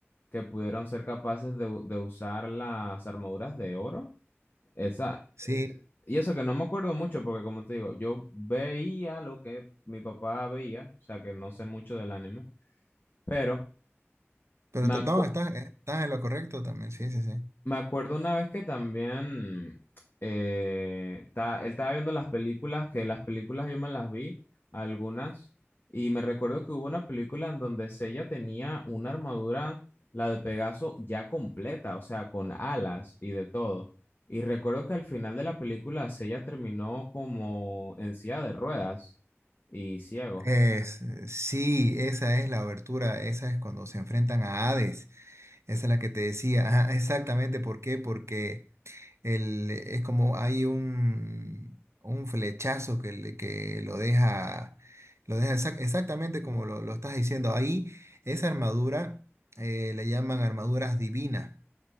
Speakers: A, on the left (about 45°); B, on the right (about 75°).
A: que pudieron ser capaces de, u- de usar las armaduras de oro. Esa,
B: Sí,
A: eh, y eso que no me acuerdo mucho, porque como te digo, yo veía lo que mi papá veía, o sea que no sé mucho del anime, pero...
B: Pero
A: Me
B: te-
A: acu-
B: no, estás, estás en lo correcto también, sí, sí, sí.
A: Me acuerdo una vez que también eh, ta- él estaba viendo las películas, que las películas yo me las vi, algunas, y me recuerdo que hubo una película en donde Sella tenía una armadura, la de Pegaso, ya completa, o sea, con alas y de todo. Y recuerdo que al final de la película Sella terminó como en silla de ruedas y ciego.
B: Es, sí, esa es la obertura, esa es cuando se enfrentan a Hades, esa es la que te decía, Ajá, exactamente, ¿por qué? Porque el, es como hay un, un flechazo que, le- que lo deja, lo deja exac- exactamente como lo, lo estás diciendo, ahí esa armadura eh, le llaman armaduras divinas